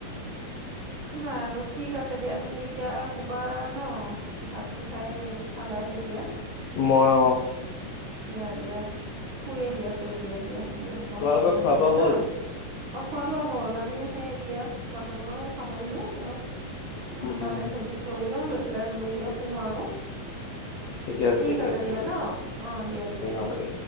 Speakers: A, on the right; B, on the left.
A: বাৰু ঠিক আছে দিয়া । তুমি এতিয়া শুবা ন, ভাতটো খাই খালাই যেতিয়া?
B: মই অ ।
A: দিয়া দিয়া শুয়ে দিয়া শুয়ে দিয়া দিয়া দিয়া হ'ব
B: তোমালোকৰ
A: দিয়া
B: খোৱা
A: নহলে
B: বোৱা হ'ল
A: ন । অ খোৱা বোৱা হ'ল । আমিও সেই এতিয়া বাচন বচন সামৰিলো । মই বোলো
B: উম
A: তালে
B: উম
A: ফোনটো কৰিলওঁ লৈ পেলাই লৈ এতিয়া শু আৰু ।
B: ঠিকে
A: ঠিক
B: ঠিকে
A: আছে দিয়া
B: দে
A: ন, অ দিয়া দিয়া
B: এই
A: দিয়া।
B: হ'ব দে